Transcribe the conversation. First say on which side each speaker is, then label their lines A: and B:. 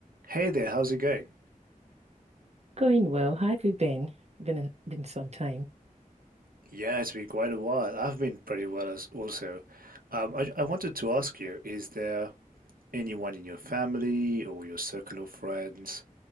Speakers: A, on the right; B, on the right.
A: Hey there, how's it going?
B: Going well. How have you been? Been a, been some time.
A: Yeah, it's been quite a while. I've been pretty well as also. Um, I, I wanted to ask you, is there anyone in your family or your circle of friends